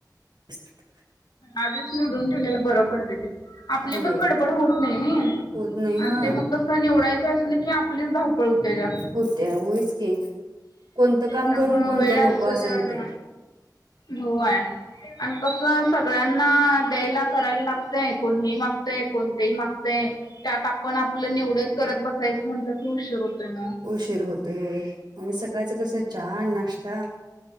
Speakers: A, on the right; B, on the left.
A: स्थित
B: आधीच निवडून ठेवयला बरं पडते ते आपली
A: होय
B: पण गडबड होत नाही
A: होत नाही हा
B: आणि ते मग कसं निवडायचं असल की आपली ा कळते का
A: होत्या होयच की कोणतं काम
B: त्यामुळं
A: करून कोणतं
B: वेळ असतो
A: नको असं
B: त्यानं
A: होते.
B: होय आणि कस अस सगळ्यांना द्यायला करायला लागतय कोण हे मागतय कोणतेही मागते. ते त्यात आपण आपलं निवडत करत बसायचं म्हटल्या तर हुशार होतोय म
A: उशीर होतो हो आणि सकाळचं कसं चहा नाश्ता